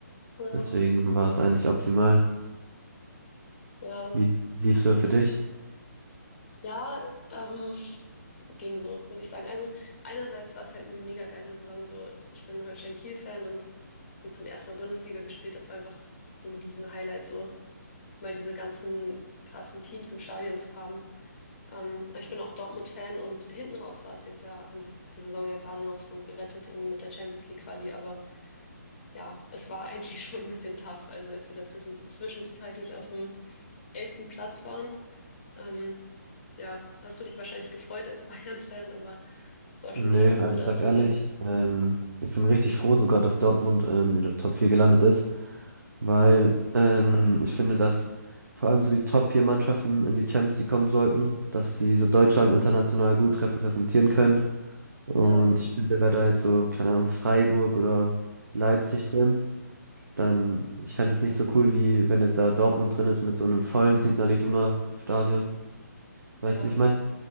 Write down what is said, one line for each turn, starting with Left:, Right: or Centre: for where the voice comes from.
Left: ja,
Right: Deswegen war es eigentlich optimal.
Left: ja,
Right: Wie lief's so für dich?
Left: ja, ähm, ging so, würde ich sagen. Also einerseits war es halt eine mega geile Saison. So, ich bin Holstein Kiel-Fan und haben zum ersten Mal Bundesliga gespielt. Das war einfach ein riesen Highlight, so mal diese ganzen krassen Teams im Stadion zu haben. Ähm, ich bin auch Dortmund-Fan und hinten raus war es jetzt ja, haben sie es die Saison ja gerade noch so gerettet, eben mit der Champions League Quali, aber ja, es war eigentlich <laughs> schon ein bisschen tough, also als wir da zwischen, zwischenzeitlich auf dem elften Platz waren. Ähm, ja, hast du dich wahrscheinlich gefreut als <laughs> Bayern-Fan, aber es war
Right: Nee,
Left: schon nicht so
Right: also
Left: cool mit
Right: ich
Left: anzusehen.
Right: sag ehrlich, ähm, ich bin richtig froh sogar, dass Dortmund ähm, in der Top 4 gelandet ist, weil ähm, ich finde, dass vor allem so die Top 4 Mannschaften in die Champions League kommen sollten, dass sie so Deutschland international gut repräsentieren können. Und
Left: Ja,
Right: ich finde, wäre da jetzt so, keine Ahnung, Freiburg oder Leipzig drin, dann, ich fände es nicht so cool, wie wenn jetzt da Dortmund drin ist mit so einem vollen Signal Iduna Stadion. Weißt
Left: ja.
Right: du, wie ich meine?